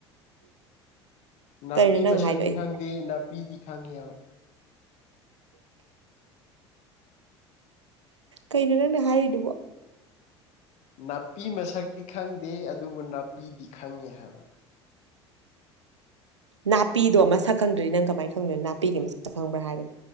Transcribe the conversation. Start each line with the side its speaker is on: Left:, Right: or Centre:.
Left: ꯅꯥꯄꯤ
Right: ꯀꯩꯅꯣ ꯅꯪ
Left: ꯃꯁꯛꯇꯤ
Right: ꯍꯥꯏꯗꯣ ꯑꯩ
Left: ꯈꯪꯗꯦ ꯅꯥꯄꯤꯗꯤ ꯈꯪꯉꯦꯕ
Right: ꯀꯩꯅꯣ ꯅꯪꯅ ꯍꯥꯏꯔꯤꯗꯨꯕꯣ
Left: ꯅꯥꯄꯤ ꯃꯁꯛꯇꯤ ꯈꯪꯗꯦ ꯑꯗꯨꯕꯨ ꯅꯥꯄꯤꯗꯤ ꯈꯪꯉꯦ ꯍꯥꯏꯕ
Right: ꯅꯥꯄꯤꯗꯣ ꯑꯃ ꯁꯛꯈꯪꯗ꯭ꯔꯔꯤ ꯅꯪ ꯀꯃꯥꯏꯅ ꯈꯪꯗꯣꯏꯅꯣ ꯅꯥꯄꯤꯒꯤ ꯑꯃꯛ ꯁꯛ ꯈꯪꯕ꯭ꯔꯥ ꯍꯥꯏꯕꯅꯤ